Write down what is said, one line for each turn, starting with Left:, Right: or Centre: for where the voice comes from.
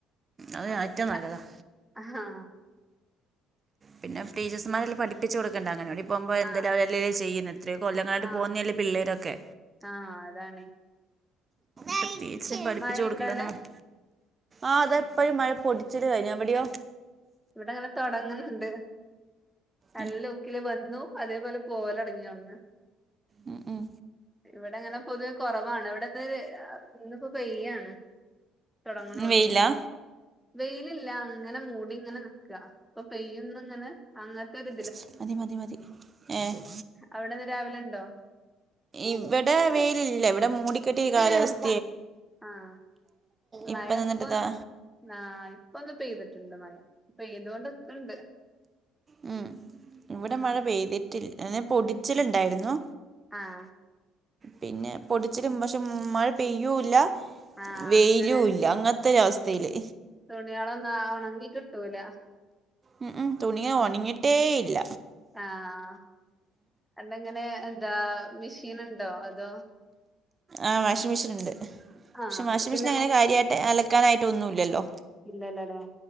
Right: അത്
Centre: അപ്പൊ
Right: ഏറ്റവും
Centre: പിന്നെ
Right: നല്ലതാ
Centre: ആഹ്
Right: പിന്നെ ടീച്ചേഴ്സ്മാരെല്ലേ പഠിപ്പിച്ച് കൊടുക്കണ്ട അംഗൻവാടി പോകുമ്പോ
Centre: ആഹ്
Right: എന്തലും അവരല്ലേ ചെയ്യുന്നത് ഇത്രയും കൊല്ലങ്ങളായിട്ട്
Centre: ആഹ്
Right: പോകുന്നതല്ലേ പിള്ളേരൊക്കെ
Centre: ആഹ് അതാണ്
Right: പ്രത്യേകിച്ച്
Centre: പിന്നെ
Right: പഠിപ്പിച്ചു
Centre: മഴയുണ്ടോ
Right: കൊടുക്കലന്ന
Centre: അവിടെ
Right: മാ- ആഹ് അതെപ്പോഴും മഴ പൊടിചില് കഴിഞ്ഞ എവിടെയോ
Centre: ഇവിടെ ഇങ്ങനെ തൊടങ്ങുന്നുണ്ട് നല്ല
Right: ഏ
Centre: ഊക്കില് വന്നു അതേപോലെ പോവല് തുടങ്ങിയൊന്നു.
Right: ഉം ഉം
Centre: ഇവിടെ അങ്ങനെ പൊതുവെ കുറവാണ്, ഇവിടെന്ന് ഇന്നിപ്പോ പെയ്യാണ്. തുടങ്ങണള്ളു
Right: ഇന്ന് വെയിലാ
Centre: വെയിലില്ല അങ്ങനെ മൂടി അങ്ങനെനിക്ക ഇപ്പൊ പെയ്യുന്ന അങ്ങനെ അങ്ങനതൊരു
Right: ഷ് ഷ് മതി മതി ഏഹ്
Centre: അവിടെന്ന് രാവിലെ ഉണ്ടോ
Right: ഇവിടെ വെയിലില്ല ഇവിടെ മൂടിക്കെട്ടിയ കാലാവസ്ഥ
Centre: ആഹ് മഴ
Right: ഇപ്പം നിന്നിട്ടിതാ
Centre: ഇപ്പോന്ന് ആഹ് ഇപ്പോ ഒന്ന് പെയ്തിട്ടുണ്ട് മഴ. ഇപ്പൊ പെയ്തൊണ്ട് നിക്ണ്ട്
Right: മം ഇവിടെ
Centre: ഉം
Right: മഴ പെയ്തിട്ടില്ല അതെ പൊടിചില് ഉണ്ടായിരുന്നു
Centre: ആഹ്
Right: പിന്നെ പൊടിച്ചലും പക്ഷെ മഴ പെയ്യൂല്ല
Centre: ആഹ്
Right: വെയിലും
Centre: അങ്ങനെ
Right: ഇല്ല അങ്ങനതൊരു അവസ്ഥയില്
Centre: തുണികളൊന്നും ഉണങ്ങി കിട്ടൂല
Right: ഉം ഉം തുണിയേ ഉണങ്ങിട്ടേ ഇല്ല
Centre: ആഹ് അങ്ങനെ എന്താ മെഷീൻ ഉണ്ടോ അതോ
Right: ആഹ് വാഷിംഗ് മെഷീൻ ഉണ്ട് പക്ഷെ
Centre: ആഹ്
Right: വാഷിംഗ്
Centre: അപ്പൊ പിന്നെ
Right: മെഷീൻ അങ്ങനെ
Centre: ഒ
Right: കാര്യയി - അലക്കാനായിട്ടൊന്നുല്ലല്ലോ
Centre: ഇല്ലല്ലല്ലേ